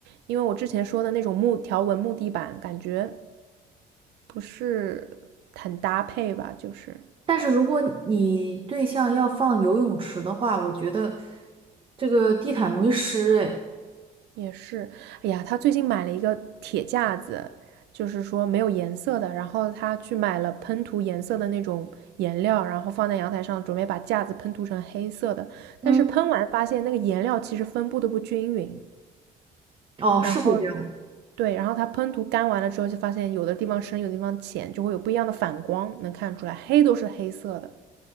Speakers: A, on the right (about 80°); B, on the right (about 30°).
A: 因为我之前说的那种木条纹木地板，感觉不是很搭配吧，就是
B: 但是如果你对象要放游泳池的话，我觉得这个地毯容易湿，哎，
A: 也是，哎呀，他最近买了一个铁架子，就是说没有颜色的，然后他去买了喷涂颜色的那种颜料，然后放在阳台上，准备把架子喷涂成黑色的，
B: 嗯，
A: 但是喷完发现那个颜料其实分布的不均匀，
B: 哦，
A: 然后
B: 是会这样。
A: 对，然后它喷涂干完了之后，就发现有的地方深，有的地方浅，就会有不一样的反光，能看出来，黑都是黑色的。